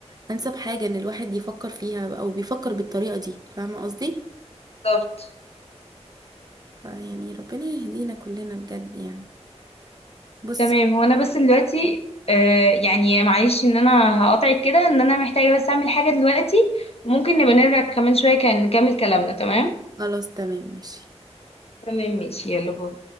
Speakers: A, on the right; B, on the left.
A: أنسب حاجة إن الواحد يفكر فيها أو بيفكر بالطريقة دي فاهمة قصدي؟
B: بالظبط
A: يعني ربنا يهدينا كلنا بجد يعني بصي
B: تمام هو انا بس دلوقتي آه يعني معلش ان انا هقاطعك كده ان انا محتاجه بس اعمل حاجه دلوقتي وممكن نبقى نرجع كمان شويه كان نكمل كلامنا تمام
A: خلاص تمام ماشي
B: تمام ماشي يلا باي